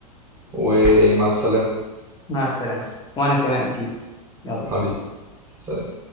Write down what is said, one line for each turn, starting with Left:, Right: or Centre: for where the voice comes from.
Right: ومع السلامة
Left: مع السلامه وانا كمان اكيد يلا
Right: حبيبي
Left: سلام
Right: سلام